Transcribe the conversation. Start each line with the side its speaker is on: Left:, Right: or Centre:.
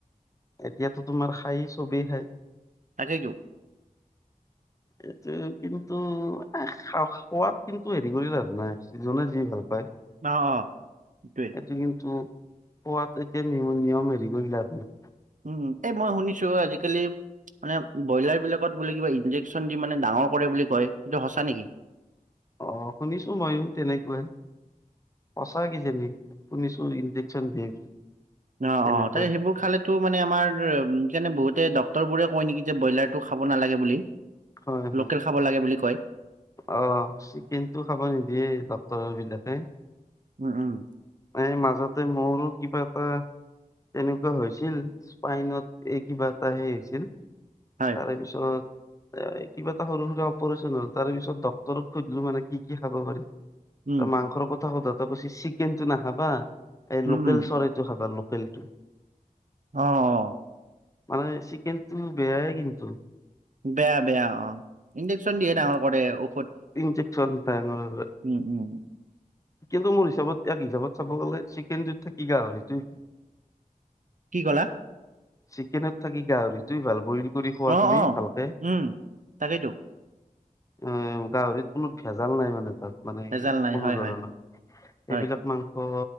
Left: এতিয়াতো তোমাৰ খায় চবেই খায়।
Right: তাকেটো।
Left: এইটো কিন্তু এ খোৱাদ কিন্তু হেৰি কৰি লাভ নাই যিজনে যি ভাল পায়।
Right: অ', অ'সেইটোৱেই!
Left: সেইটো কিন্তু খোৱাত এতিয়া নিয়ম হেৰি কৰি লাভ নাই।
Right: উম! এ মই শুনিছোঁ আজিকালি মানে ব্ৰইলাৰ বিলাকত বোলে কিবা ইনজেক- চন দি মানে ডাঙৰ কৰে বুলি কয় সেইটো সঁচা নেকি?
Left: অ শুনিছো মইও তেনেকুৱাই। সঁচা কিজানি, শুনিছোঁ ইঞ্জেকচন দিয়ে।
Right: অঁ'অঁ',
Left: তেনেকুৱা
Right: তাই সেইবোৰ খালে- ত' মানে আমাৰ উম, সেইকাৰণে বহুতে ডক্টৰবোৰে কয় নেকি যে ব্ৰইলাৰটো খাব নালাগে বুলি।
Left: হয় হয়
Right: লোকেল খাব লাগে বুলি কয়।
Left: অ' চিকেন টো খাব নিদিয়ে ডক্টৰ বিলাকে।
Right: উম।
Left: মানে মাজতে মোৰো কিবা এটা তেনেকুৱা হৈছিল, স্পাইনত এই কিবা এটা হে হৈছিল।
Right: হয়।
Left: তাৰে পিছত এ কিবা এটা সৰু সুৰা অপাৰেচন হ'ল, তাৰে পিছত ডাক্তৰক সুধিলো মানে কি কি খাব পাৰিম।
Right: উম,
Left: ত' মাংসৰ কথা সোধোতে কৈছিল, চিকেনটো নাখাবা। এই
Right: উম,
Left: লোকেল
Right: উম,
Left: চৰাইটো খাবা, লোকেলটো।
Right: অ'।
Left: মানে চিকেনটো বেয়াই কিন্ত।
Right: বেয়া বেয়া অ', ইনজেকচন দিয়ে ডাঙৰ কৰে ও
Left: ইনজেকচন ডাঙৰ
Right: উম, উম,
Left: কিন্তু মোৰ হিচাপত এক হিচাপত চাব গ'লে চিকেনটোত থাকি গাহৰিটো
Right: কি ক'লা?
Left: চিকেনত থাকি গাহৰিটো ভাল কৰি বইল কৰি খোৱা
Right: অ', অ',
Left: তুমি ভালকে।
Right: উম। তাকেইতো।
Left: উম, গাহৰিত কোনো ভেজাল নাই মানে তাত। মানে
Right: ভেজাল নাই
Left: কোনো
Right: হয়,
Left: ধৰণৰ,
Right: হয়, হয়,
Left: এইবিলাক মাংস